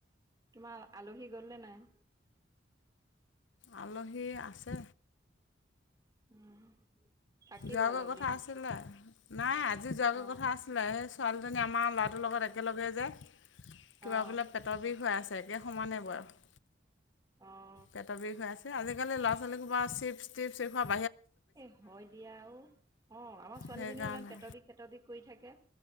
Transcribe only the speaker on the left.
আলহী আছে
যোৱাগৈ
কথা
আছিলে নাই আজি যোৱাগৈ
কথা আছিলে সেই ছোৱালী আমাৰ ল'ৰাটোৰ লগত একেলগে যে কিবা
বোলে পেটৰ বিষ হৈ আছে এতিয়া সমান নে বয়স
পেটৰ বিষ হৈ আছে আজিকালি ল'ৰা ছোৱালী সোপা চিপ্চ টিপ্চ এ
সেইকাৰণে